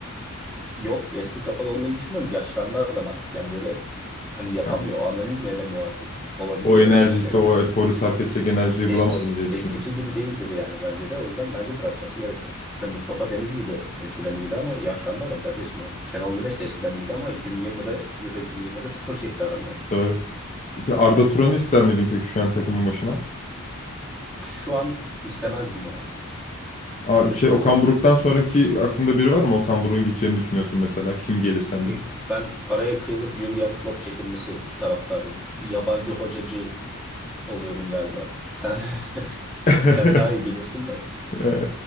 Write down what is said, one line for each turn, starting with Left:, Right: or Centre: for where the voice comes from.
Centre: yok eski kafalı olduğunu düşünmüyorum. Yaşlandı adam artık yani böyle hani yapamıyor,
Left: Ha,
Centre: analiz mi edemiyor artık. Olabilir
Left: o
Centre: yani
Left: enerjisi,
Centre: böyle şeyler.
Left: o eforu sarf edecek enerjiyi
Centre: Eskisi,
Left: bulamadı mı diye
Centre: eskisi
Left: düşünüyorsun.
Centre: gibi değildir yani bence de. O yüzden bence bırakması gerekiyor. Mesela Mustafa Denizli de eskiden iyiydi ama yaşlandı adam kardeşim yani. Şenol Güneş de eskiden iyiydi ama 2020'de Euro 2020'de sıfır çekti adam yani.
Left: Doğru. Bir Arda Turan'ı ister miydin peki şu an takımın başına?
Centre: Şu an istemezdim ya. Çünkü
Left: Aa, şey Okan Buruk'tan sonraki aklında biri var mı? Okan Buruk'un gideceğini düşünüyorsun mesela. Kim gelir sence?
Centre: y- ben paraya kıyılıp Jürgen Klopp çekilmesi taraftarıyım. Yabancı hocacı oluyorum galiba. Sen <laughs>
Left: <laughs>
Centre: sen daha iyi bilirsin de.
Left: Ee,